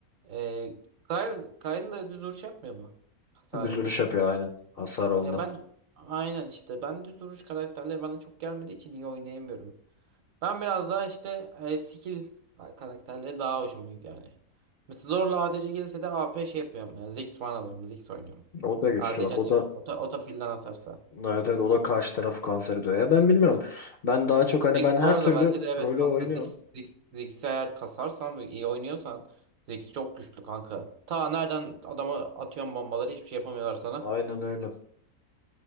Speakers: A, on the right; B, on the left.
A: E, Kayn, Kayn da düz vuruş yapmıyor mu? Hasarı.
B: Düz vuruş yapıyor aynen. Hasar ondan.
A: Ya ben aynen işte ben düz vuruş karakterleri bana çok gelmediği için iyi oynayamıyorum. Ben biraz daha işte e, skill karakterleri daha hoşuma gidiyor yani. Mesela zorla ADC gelirse de AP şey yapıyorum. Yani Ziggs falan alıyorum. Ziggs oynuyorum.
B: O da güçlü
A: ADC
B: bak. O
A: hani
B: da
A: oto, otofilden atarsa.
B: evet, evet, o da karşı tarafı kanser ediyor. Ya ben bilmiyorum. Ben daha çok hani
A: Ziggs
B: ben her
A: bu arada
B: türlü
A: bence de evet
B: rolü
A: kanka
B: oynuyorum.
A: Ziggs, Ziggs, Ziggs'i eğer kasarsan ve iyi oynuyorsan Ziggs çok güçlü kanka. Ta nereden adama atıyorsun bombaları hiçbir şey yapamıyorlar sana.
B: Aynen öyle.